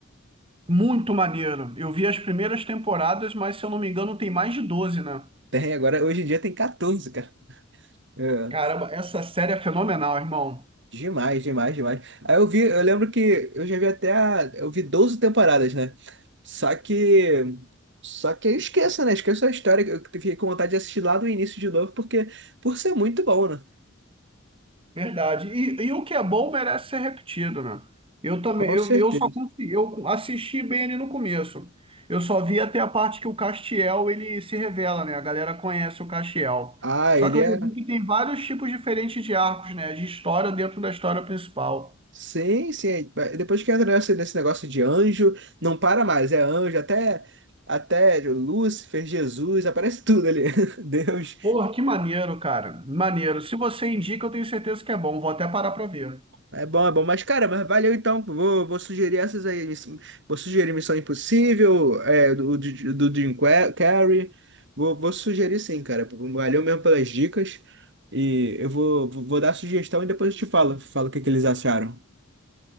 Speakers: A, on the right; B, on the right.
A: Muito maneiro. Eu vi as primeiras temporadas, mas se eu não me engano tem mais de 12, né?
B: Tem, agora hoje em dia tem 14, cara. É,
A: Caramba, essa série é fenomenal, irmão.
B: demais, demais, demais. Aí eu vi, eu lembro que eu já vi até a, eu vi 12 temporadas, né? Só que só que eu esqueço, né? Esqueço a história. que Eu fiquei com vontade de assistir lá do início de novo, porque por ser muito bom, né?
A: Verdade. E, e o que é bom merece ser repetido, né? Eu também,
B: Com
A: eu,
B: certeza.
A: eu só consegui, eu assisti bem ali no começo. Eu só vi até a parte que o Castiel ele se revela, né? A galera conhece o Castiel.
B: Ah,
A: Só
B: ele
A: que eu
B: é.
A: já vi que tem vários tipos diferentes de arcos, né? De história dentro da história principal.
B: Sim, sim. é- é, Depois que entra nesse nesse negócio de anjo, não para mais. É anjo, até, até Lúcifer, Jesus, aparece tudo ali. <laughs> Deus.
A: Porra, que maneiro, cara. Maneiro. Se você indica, eu tenho certeza que é bom. Vou até parar pra ver.
B: É bom, é bom. Mas, cara, mas valeu então. Vou, vou sugerir essas aí. Miss- Vou sugerir Missão Impossível, é, do, do, do Jim Qua- Carrey. Vou, vou sugerir sim, cara. Valeu mesmo pelas dicas. E eu vou, vou vou dar sugestão e depois eu te falo, falo o que que eles acharam.